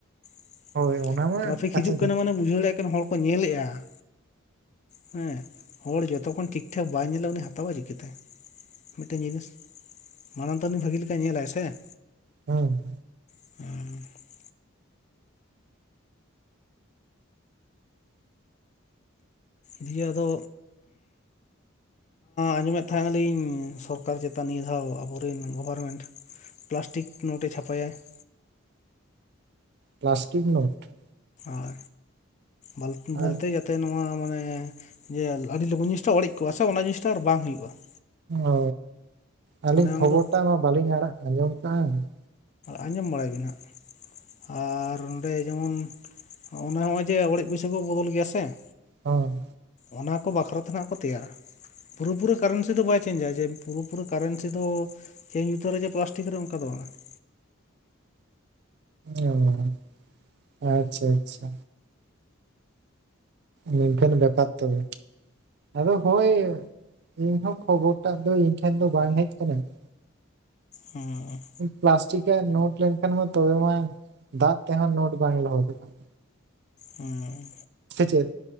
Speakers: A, on the left (about 35°); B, on the right (about 55°).
A: ᱾
B: ᱦᱳᱭ ᱚᱱᱟ ᱢᱟ
A: ᱴᱨᱟᱯᱷᱤᱠ
B: ᱠᱟᱛᱷᱟ
A: ᱦᱤᱡᱩᱜ ᱠᱟᱱᱟ ᱢᱟᱱᱮ ᱵᱩᱡᱷᱟᱹᱣ ᱫᱟᱲᱮᱭᱟᱜ ᱠᱟᱱ ᱦᱚᱲ ᱠᱚ ᱧᱮᱞᱮᱜᱼᱟ ᱾ ᱦᱮᱸ ᱦᱚᱲ ᱡᱚᱛᱚᱠᱷᱚᱱ ᱴᱷᱤᱠ ᱴᱷᱟᱠ ᱵᱟᱭ ᱧᱮᱞᱟ ᱩᱱᱤ ᱦᱟᱛᱟᱟᱭ ᱪᱤᱠᱟᱹᱛᱮ, ᱢᱤᱫᱴᱮᱱ ᱡᱤᱱᱤᱥ ᱾ ᱢᱟᱲᱟᱝ ᱛᱚ ᱩᱱᱤ ᱵᱷᱟᱹᱜᱤ ᱞᱮᱠᱟᱭ ᱧᱮᱞᱟᱭ ᱥᱮ ᱾
B: ᱦᱮᱸ
A: ᱦᱟᱸ <unintelligible> ᱫᱤᱭᱮ ᱫᱚᱼᱼ ᱟᱸᱡᱚᱢᱮᱫ ᱛᱟᱦᱮᱱᱟ ᱞᱤᱧ ᱥᱚᱨᱠᱟᱨ ᱪᱮᱛᱟᱱ ᱱᱤᱭᱟᱹ ᱫᱷᱟᱣ ᱟᱵᱚᱨᱮᱱ ᱜᱚᱵᱷᱚᱨᱢᱮᱱᱴᱼᱼ ᱯᱤᱞᱟᱥᱴᱤᱠ ᱱᱳᱴ ᱮ ᱪᱷᱟᱯᱟᱭᱟᱭ ᱾
B: Plastic note.
A: ᱟᱨ ᱵᱟᱞ
B: ᱟᱨ
A: ᱵᱚᱞᱛᱮ ᱡᱚ ᱛᱮ ᱱᱚᱣᱟ ᱢᱟᱱᱮ ᱡᱮ ᱟᱹᱰᱤ ᱞᱚᱜᱚᱱ ᱡᱤᱱᱤᱥᱴᱟ ᱚᱲᱮᱡ ᱠᱚᱜᱼᱟ ᱥᱮ ᱚᱱᱟ ᱡᱤᱱᱤᱥᱴᱟ ᱟᱨ ᱵᱟᱝ ᱦᱩᱭᱩᱜᱼᱟ ᱾
B: ᱚ, ᱟᱹᱞᱤᱧ ᱠᱷᱚᱵᱚᱨ
A: ᱚᱱᱟ ᱫᱚ
B: ᱴᱟᱜ ᱢᱟ ᱵᱟᱹᱞᱤᱧ ᱟᱲᱟᱜ ᱟᱸᱡᱚᱢ ᱟᱠᱟᱜᱼᱟ ᱾
A: ᱟᱸᱡᱚᱢ ᱵᱟᱲᱟᱭ ᱵᱤᱱ ᱦᱟᱸᱜ, ᱟᱨ ᱚᱸᱰᱮ ᱡᱮᱢᱚᱱᱼᱼ ᱚᱱᱟ ᱢᱟᱡᱮ ᱚᱲᱮᱡ ᱯᱩᱭᱥᱟᱹ ᱠᱚ ᱵᱚᱫᱚᱞ ᱜᱮᱭᱟ ᱥᱮ ᱾
B: ᱦᱚᱸ
A: ᱚᱱᱟ ᱠᱚ ᱵᱟᱠᱷᱨᱟ ᱛᱮ ᱦᱟᱸᱜ ᱠᱚ ᱛᱮᱭᱟᱨᱟ ᱾ ᱯᱩᱨᱟᱹᱯᱩᱨᱤ ᱠᱟᱨᱚᱱ ᱥᱮ ᱫᱚ ᱵᱟᱭ ᱪᱮᱧᱡᱟ ᱡᱮ ᱯᱩᱨᱟᱹ ᱠᱟᱨᱚᱱ ᱥᱮ ᱫᱚᱼᱼ ᱪᱮᱸᱡ ᱩᱛᱟᱹᱨᱟᱭ ᱡᱮ ᱯᱞᱟᱥᱴᱤᱠ ᱨᱮ ᱚᱱᱠᱟ ᱫᱚ ᱵᱟᱝ ᱾
B: ᱚᱸ ᱟᱪᱪᱷᱟ ᱟᱪᱪᱷᱟ ᱱᱤᱱᱠᱟᱱ ᱵᱮᱯᱟᱨ ᱛᱚᱵᱮ ᱾ ᱟᱫᱚ ᱦᱚᱭ, ᱤᱧ ᱦᱚᱸ ᱠᱷᱚᱵᱚᱨ ᱴᱟᱜ ᱫᱚ ᱤᱧ ᱴᱷᱮᱱ ᱫᱚ ᱵᱟᱝ ᱦᱮᱡ ᱟᱠᱟᱱᱟ ᱾
A: ᱦᱮᱸ᱾
B: ᱯᱞᱟᱥᱴᱤᱠ ᱮ ᱱᱳᱴ ᱞᱮᱱᱠᱷᱟᱱ ᱢᱟ ᱛᱚᱵᱮ ᱢᱟ ᱫᱟᱜ ᱛᱮᱦᱚᱸ ᱱᱳᱴ ᱵᱟᱝ ᱞᱚᱦᱚᱫᱚᱜᱼᱟ ᱾
A: ᱦᱮᱸ
B: ᱥᱮ ᱪᱮᱫ?